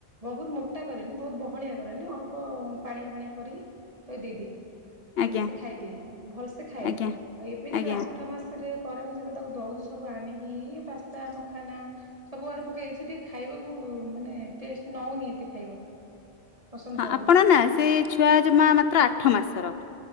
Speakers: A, on the right; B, on the left.
A: ବହୁତ୍ ମୋଟା କରେନି ବହତ୍ ବହଳିଆ କରେନି ଅଳ୍ପ ପାଣିଆ ପାଣିଆ କରିକି ତାକୁ ଦେଇଦିଏ।
B: ଆଜ୍ଞା
A: ସେ ଖାଇଦିଏ ଭଲ୍ ସେ ଖାଏ
B: ଆଜ୍ଞା।
A: ଆଉ ଏବେ ଯେତେବେଳେ
B: ଆଜ୍ଞା
A: ଆଠ ମାସ ସେଥିରେ ପରେ ମୁଁ ଯେତେବେଳେ ତାକୁ ଦେଉଛି ସବୁ ଆଣିକି ପାସ୍ତା, ମଖାନା ସବୁ ଆଡେ ପକେଇଲେ ସିଏ ଟିକେ ଖାଇବାକୁ ମାନେ ଟେଷ୍ଟ ନଉନି ଏତେ ଖାଇବାକୁ। ପସନ୍ଦ
B: ହଁ
A: କରୁନି।
B: ଆପଣ ନା ସେଇ ଛୁଆ ଜମା ମାତ୍ର ଆଠ ମାସର